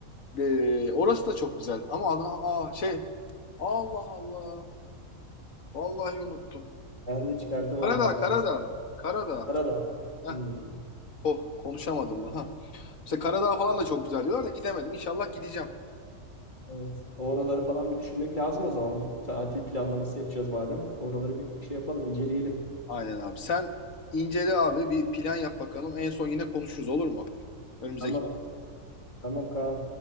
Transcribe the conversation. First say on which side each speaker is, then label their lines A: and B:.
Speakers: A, on the left (about 65°); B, on the left (about 30°).
A: E, orası da çok güzel ama adı aa, şey Allah Allah vallahi unuttum
B: Ben de çıkartamadım
A: Karadağ,
B: vallahi.
A: Karadağ, Karadağ.
B: Karadağ.
A: Heh,
B: Hmm,
A: ko konuşamadım da. Ha. İşte Karadağ falan da çok güzel diyorlar da gidemedim. İnşallah gideceğim.
B: Evet. Oraları falan bir düşünmek lazım o zaman. Bu tatil planlaması yapacağız madem. Oraları bir şey yapalım, inceleyelim.
A: Aynen abi. Sen incele abi bir plan yap bakalım. En son yine konuşuruz olur mu? Önümüzdeki
B: Tamam. Tamam Kaan.